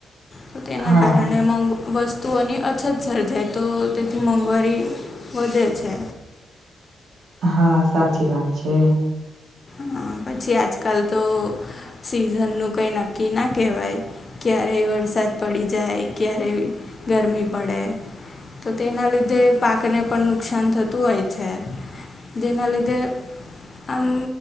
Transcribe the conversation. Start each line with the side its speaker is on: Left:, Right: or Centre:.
Left: તો તેના
Right: હા
Left: કારણે મ વસ્તુઓની અછત સર્જાય તો તેથી મોંઘવારી વધે છે
Right: હા સાચી વાત છે
Left: હા પછી આજકાલ તો સીઝનનુંું કઈ નક્કી ના કહેવાય ક્યારેય વરસાદ પડી જાય, ક્યારેય ગરમી પડે તો તેના લીધે પાકને પણ નુકસાન થતું હોય છે. જેના લીધે આમ